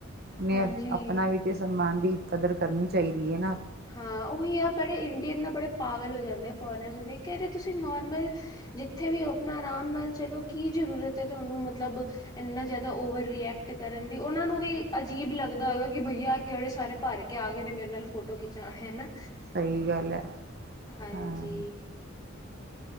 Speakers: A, on the right; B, on the left.
A: ਨਈ
B: ਹਾਂਜੀ
A: ਆਪਣਾ ਵੀ ਤੇ ਸਨਮਾਨ ਦੀ ਕਦਰ ਕਰਨੀ ਚਾਈਦੀ ਏ ਨਾ
B: ਹਾਂ ਉਹੀ ਆ ਬੜੇ ਇੰਡੀਅਨ ਨਾ ਬੜੇ ਪਾਗਲ ਹੋ ਜਾਂਦੇ ਆ ਫੋਰਨਰਸ ਨੂੰ ਦੇਖ ਕੇ ਅਰੇ ਤੁਸੀਂ ਨੋਰਮਲ ਜਿੱਥੇ ਵੀ ਓ ਆਪਣਾ ਆਰਾਮ ਨਾਲ ਚਲੋ ਕੀ ਜ਼ਰੂਰਤ ਏ ਤੁਹਾਨੂੰ ਮਤਲਬ ਇੰਨਾ ਜ਼ਿਆਦਾ ਓਵਰ ਰਿਐਕਟ ਕਰਨ ਦੀ ਉਨਾਂ ਨੂੰ ਵੀ ਅਜੀਬ ਲੱਗਦਾ ਹੋਏਗਾ ਕਿ ਭਈਆਂ ਕੇੜੇ ਸਾਰੇ ਭਾਰੇ ਚੁੱਕ ਕੇ ਆ ਗਏ ਨੇ ਮਨੂੰ ਫੋਟੋ ਖਿਚਾਉਣ ਹੇਨਾ
A: ਸਹੀ ਗੱਲ ਹੈ,
B: ਹਾਂਜੀ
A: ਹਾਂ